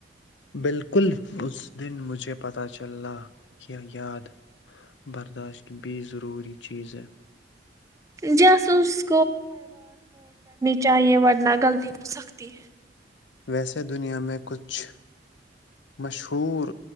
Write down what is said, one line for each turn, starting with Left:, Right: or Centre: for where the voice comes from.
Left: بالکل اس دن مجھے پتہ چل کیا یاد برداشت بھی ضروری چیز ہے
Right: جاسوس چاہے ورنہ غلطی ہو سختی ہے
Left: ویسے دنیا میں کچھ مشہور